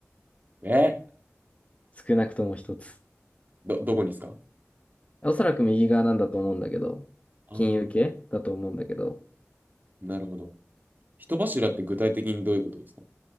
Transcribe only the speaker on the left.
<laughs> 少なくとも一つ。
おそらく右側なんだと思うんだけど、
金融系だと思うんだけど、